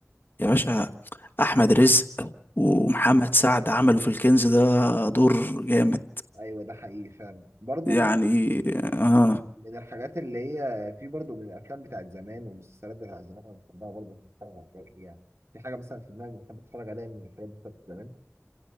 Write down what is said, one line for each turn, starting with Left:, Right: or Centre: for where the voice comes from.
Left: يا باشا احمد رزق ومحمد سعد عملوا في الكنز ده دور جامد
Right: ايوه ده حقيقي فعلا برضه
Left: يعني
Right: من
Left: اه
Right: من الحاجات اللي هي في برضو من الافلام بتاعت زمان والمسلسلات بتاعت زمان انا بحبها برضو بحب اتفرج على حاجات ليها في حاجه مثلا في دماغي بحب اتفرج عليها من الحاجات بتاعت زمان